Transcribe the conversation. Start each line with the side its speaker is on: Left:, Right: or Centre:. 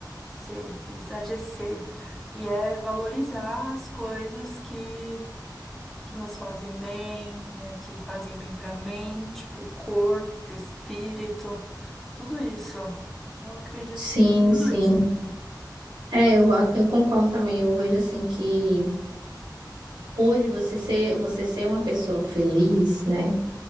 Centre: ser. Felicidade é ser. E é valorizar as coisas que, que nos fazem bem, né? Que fazem bem pra mente, pro corpo, pro espírito, tudo isso. Eu acredito
Right: Sim,
Centre: que seja tudo
Right: sim.
Centre: isso. né?
Right: É, eu, a- eu concordo também. Eu vejo, assim, que hoje você ser, você ser uma pessoa feliz, né?